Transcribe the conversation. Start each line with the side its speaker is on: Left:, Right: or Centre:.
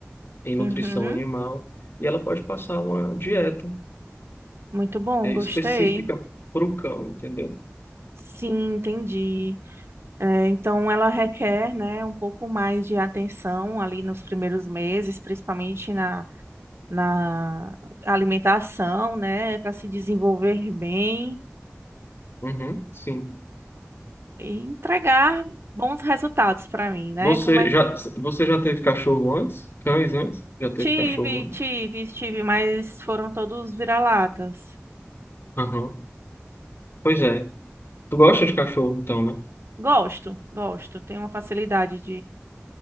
Left: em nutrição
Right: Uhum.
Left: animal, e ela pode passar uma dieta
Right: Muito bom,
Left: eh,
Right: gostei.
Left: específica para o cão, entendeu?
Right: Sim, entendi. É, então, ela requer, né, um pouco mais de atenção ali nos primeiros meses, principalmente na, na alimentação, né, para se desenvolver bem
Left: Uhum, sim.
Right: e entregar bons resultados para mim, né?
Left: Você
Right: Como é?
Left: já, você já teve cachorro antes? Cães antes? Já teve
Right: Tive,
Left: cachorro antes?
Right: tive, tive, mas foram todos vira-latas.
Left: Aham. Pois é. Tu gosta de cachorro, então, né?
Right: Gosto, gosto, tenho uma facilidade